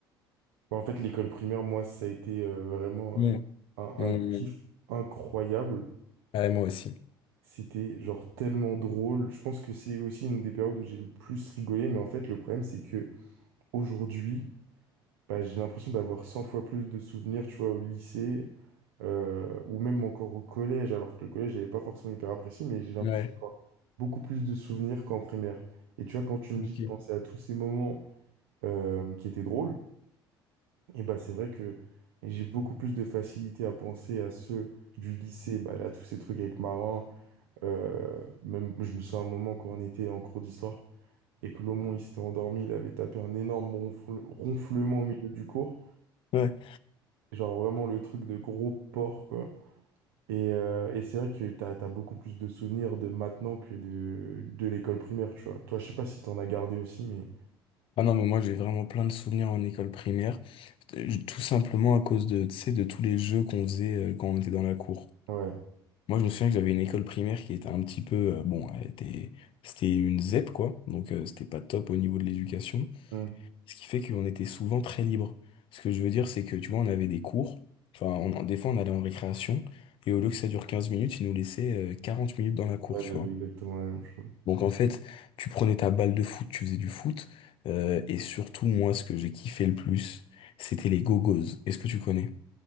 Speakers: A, on the right; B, on the left.
A: Bah, En fait, l'école primaire, moi, ça a été euh, vraiment
B: Mmh.
A: euh, un,
B: Mmh.
A: un kiff
B: mmh.
A: incroyable.
B: Ouais, moi aussi.
A: C'était genre tellement drôle. Je pense que c'est aussi une des périodes où j'ai le plus rigolé. Mais en fait, le problème, c'est que aujourd'hui, bah, j'ai l'impression d'avoir 100 fois plus de souvenirs, tu vois, au lycée euh, ou même encore au collège, alors que le collège, j'avais pas forcément hyper apprécié, mais j'ai l'impression
B: Ouais.
A: d'avoir beaucoup plus de souvenirs qu'en primaire. Et tu vois, quand tu me dis
B: Ok.
A: de penser à tous ces moments euh, qui étaient drôles, Et bah, c'est vrai que j'ai beaucoup plus de facilité à penser à ceux du lycée, bah, là, tous ces trucs avec Marin. euh, même, je me souviens un moment quand on était en cours d'histoire et que Lomon, il s'était endormi, il avait tapé un énorme ronfle- ronflement au milieu du cours.
B: Ouais.
A: Genre vraiment le truc de gros porc, quoi. Et, euh, et c'est vrai que t'as, t'as beaucoup plus de souvenirs de maintenant que de, de l'école primaire, tu vois. Toi, je sais pas si t'en as gardé aussi, mais
B: Ah non, mais moi, j'ai vraiment plein de souvenirs en école primaire. Euh, Tout simplement à cause de, tu sais, de tous les jeux qu'on faisait euh, quand on était dans la cour.
A: ouais.
B: Moi, je me souviens que j'avais une école primaire qui était un petit peu. euh, bon, elle était, c'était une ZEP, quoi. Donc, euh, c'était pas top au niveau de l'éducation.
A: Hmm.
B: Ce qui fait qu'on était souvent très libre. Ce que je veux dire, c'est que, tu vois, on avait des cours, enfin, on- des fois, on allait en récréation, et au lieu que ça dure 15 minutes, ils nous laissaient euh, 40 minutes dans la cour,
A: Ouais,
B: tu
A: j'avais
B: vois.
A: exactement la même chose.
B: Donc, en fait, tu prenais ta balle de foot, tu faisais du foot, euh, et surtout, moi, ce que j'ai kiffé le plus, c'était les gogos. Est-ce que tu connais?